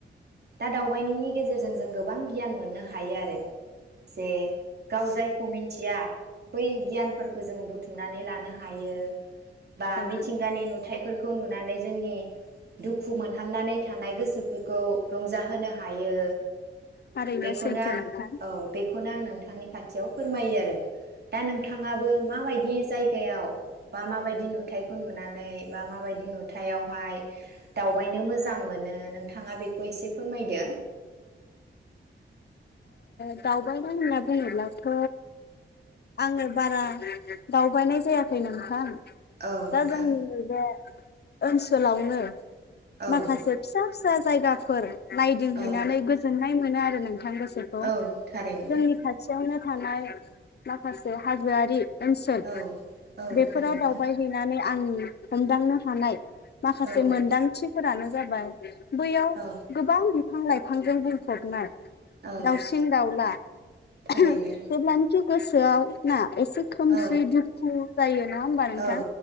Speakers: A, on the right (about 55°); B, on the left (about 55°).
A: दा दावबायनायनि गेजेरजों जों गोबां गियान मोननो हायो आरो जे गाव जायखौ मिथिया बै गियानफोरखौ जोङो बुथुमनानै लानो। हायो बा
B: औ
A: मिथिगानि नुथाइफोरखौ नुनानै जोंनि दुखु मोनहाबनानै थानाय गोसोफोरखौ रंजाहोनो हायो
B: थारैनो
A: बेखौनो
B: सैथो
A: आं
B: नोंथां
A: औ बेखौनो आं नों नोंथांनि खाथियाव फोरमायो आरो दा नोंथाङाबो माबायद दि जायगायाव बा माबायदि नुथायाइखौ नुनानै बा माबायदि नु हथायावहाय दावबायनो मोजां मोनो नोंथाङा बेखौ एसे फोरमायदो।
B: दावबायनाय होनना बुङोब्लाथ' आङो बारा दावबायनाय जायाखै नोंथां‌।
A: औ नोंथां
B: दा जांनिनि बे ओनसोलावनो
A: औ
B: माखासे फिसा फिसा जायगाफोर। नायदिंहैनानै।
A: औ
B: गोजोननाय मोनो नोंथां। गोसोखौ
A: औ थारैनो
B: जोंनि खाथियावनो। थानाय माखासे हाजोआरि। ओनसोल
A: औ औ
B: बेफोराव
A: थारैनो
B: दावबायहैनानै। आं। हमदांनो हानाय माखासे
A: औ
B: मोनदांथि। फोरानो जाबाय। बैयाव
A: औ
B: गोबां बिफां लाइफां। <inaudible> बुंफबनाय।
A: औ
B: दावसि दावला
A: थारैनो
B: जेब्लानाखि। गोसोआव ना। एसे खोमसि
A: औ
B: दुखु जायो नङा होमबा नोंथां
A: औ